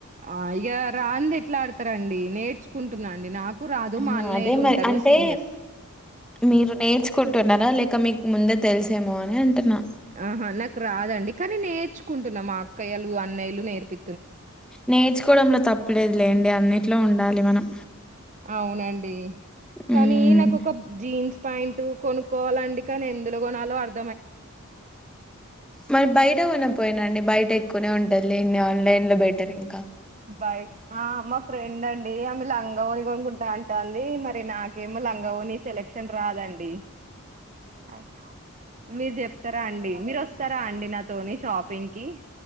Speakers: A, on the right; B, in the centre.
A: ఆ ఇక రాంది ఎట్లా ఆడతారండి నేర్చుకుంటున్నాండి నాకు రాదు
B: ఆ
A: మా అన్నయ్యలు
B: అదే మరి
A: ఉంటారు
B: అంటే
A: సీనియర్స్
B: మీరు నేర్చుకుంటున్నారా లేక ఇక మీకు ముందే తెలిసేమో అని అంటున్నా
A: ఆహా నాకు రాదండి కానీ నేర్చుకుంటున్న మా అక్కయ్యలు అన్నయ్యలు నేర్పి
B: నేర్చుకోవడంలో తప్పలేదు లేండి అన్నిట్లో ఉండాలి మనం
A: అవునండి కానీ
B: ఉమ్
A: నాకు ఒక జీన్స్ పాయింట్ కొనుక్కోవాలండి కానీ ఎందులో కొనలో అర్
B: మరి బయట కొన పోయినండి బయట ఎక్కువనే ఉంటంది లెండి ఆ ఆన్లైన్ లో బెటర్ ఇంకా
A: బాయ ఆ మా ఫ్రెండ్ అండి ఆమె లంగావోని కొనుక్కుంటా అంటది మరి నాకేమో లంగావో వోణి సెలక్షన్ రాదండి అయ్యో మీరు చెప్తారా అండి మీరు వస్ స్తారా అండి నాతోని షాపింగ్ కి